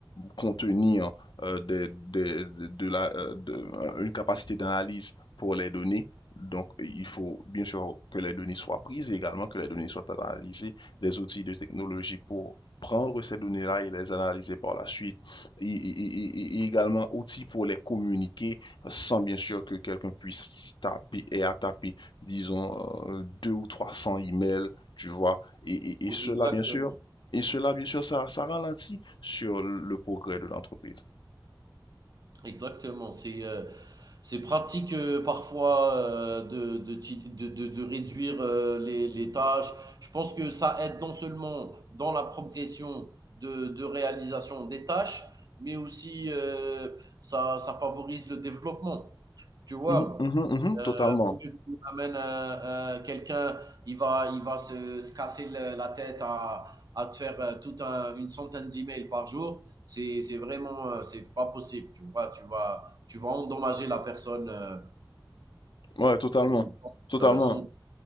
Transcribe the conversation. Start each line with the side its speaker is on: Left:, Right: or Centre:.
Left: contenir euh, des- des- de la, euh, de- euh, une capacité d'analyse pour les données. Donc, il faut bien sûr que les données soient prises et également que les données soient analysées, des outils de technologie pour prendre ces données-là et les analyser par la suite, et, et- et- et également outils pour les communiquer sans bien sûr que quelqu'un puisse taper et à taper, disons, euh, deux ou 300 emails, tu vois. Et, et-
Right: oui,
Left: et cela,
Right: exactement,
Left: bien sûr, et cela, bien sûr, ça, ça ralentit sur le progrès de l'entreprise.
Right: exactement. C'est, heu, c'est pratique, heu, parfois, heu, de de ti de de de réduire, heu, les les tâches. Je pense que ça aide non seulement dans la progression de de réalisation des tâches, mais aussi, heu, ça ça favorise le développement, tu vois?
Left: Mhm, mhm, mhm,
Right: Euh,
Left: totalement.
Right: au lieu que tu amènes euh, euh, quelqu'un, il va, il va se, se casser le- la tête à, à te faire euh, tout un- une centaine d'emails par jour. C'est, c'est vraiment, euh, c'est pas possible. Tu vois, tu vas, tu vas endommager la personne euh,
Left: Ouais, totalement.
Right: sur le plan
Left: Totalement.
Right: euh, santé.